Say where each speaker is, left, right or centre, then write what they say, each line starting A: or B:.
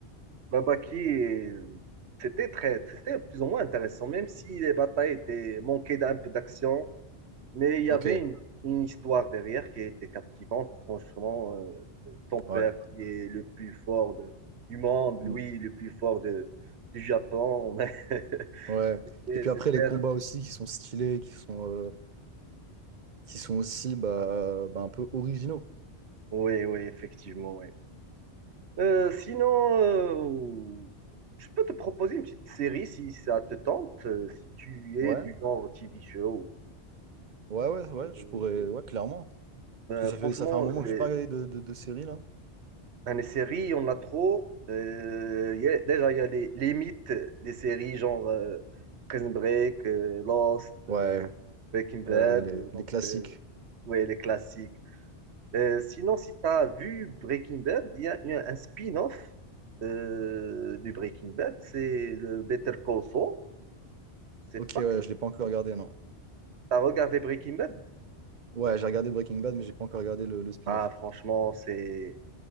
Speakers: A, on the right; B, on the right.
A: Babaki, euh, c'était très, c'était plus ou moins intéressant, même si les batailles étaient manquées d'un peu d'action, mais il y
B: Ok,
A: avait une, une histoire derrière qui était captivante. Franchement, euh, ton père
B: ouais.
A: qui est le plus fort de- du monde,
B: Mm.
A: lui le plus fort de, du Japon. <laughs>
B: Ouais.
A: Et
B: Et puis
A: c'était
B: après, les combats aussi qui sont stylés, qui sont, euh, qui sont aussi bah, euh, bah, un peu originaux.
A: Oui, oui, effectivement, oui. Euh, sinon, euh, je peux te proposer une petite série si ça te tente, euh, si tu es
B: Ouais,
A: du genre TV show.
B: ouais, ouais, ouais,
A: Euh,
B: je pourrais, ouais, clairement.
A: Euh,
B: Parce que ça
A: franchement,
B: fait, ça fait un moment
A: les,
B: que j'ai pas regardé de, de, de série, là.
A: enfin, les séries, on a trop. Euh, y a- déjà, il y a les, les mythes des séries, genre euh, Prison Break, euh, Lost,
B: Ouais,
A: euh, Breaking Bad,
B: ouais, ouais, les,
A: euh, donc,
B: les classiques.
A: euh, ouais, les classiques. Euh, sinon, si tu as vu Breaking Bad, il y a, il y a un spin-off euh, du Breaking Bad, c'est le Better Call Saul. C'est
B: Ok,
A: pas
B: ouais,
A: que tu
B: je l'ai pas encore regardé, non.
A: as regardé Breaking Bad?
B: Ouais, j'ai regardé Breaking Bad, mais j'ai pas encore regardé le, le spin-off.
A: Ah, franchement, c'est...